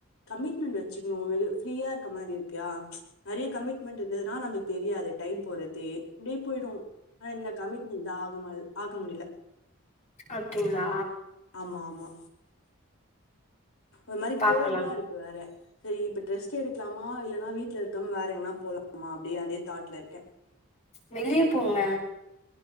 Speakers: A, on the left; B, on the left.
A: கமிட்மெண்ட் வச்சுக்கணும் ஒரு <unintelligible> ஃப்ரீயா இருக்க மாரி இருக்கா ச் நெறைய கமிட்மெண்ட் இருந்ததுன்னா நமக்கு தெரியாது டைம் போறது அப்டியே போயிடும் ஆனா இந்த கமிட்மெண்ட் தா ஆகமா ஆக முடில
B: அப்டிங்ளா
A: ஆமாமா அது மாரி
B: பாக்கலா
A: கோல்டா இருக்கு வேற சரி இப்போ டிரெஸ்ட் எடுக்கலாமா இல்லன்னா வீட்ல இருக்காம வேற எங்கனா போலாம அப்டியே அதே தாட்ல இருக்கே
B: வெளிய போங்க